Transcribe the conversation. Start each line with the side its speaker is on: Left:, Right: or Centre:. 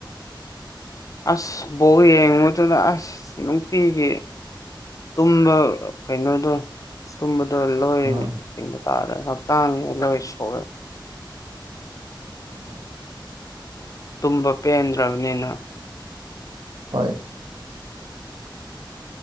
Left: ꯑꯁ ꯕꯣꯜ ꯌꯦꯡꯉꯨꯗꯥꯅ ꯑꯁ ꯅꯨꯡꯇꯤꯒꯤ ꯇꯨꯝꯕ ꯀꯩꯅꯣꯗꯣ ꯑꯁ ꯇꯨꯝꯕꯗꯣ ꯂꯣꯏ
Right: ꯑꯥ
Left: ꯀꯩꯅꯣ ꯇꯥꯔꯦ ꯍꯛꯆꯥꯡ ꯂꯣꯏ ꯁꯣꯛꯑꯦ
Right: <unintelligible>
Left: ꯇꯨꯝꯕ ꯄꯦꯟꯗ꯭ꯔꯕꯅꯤꯅ
Right: ꯍꯣꯏ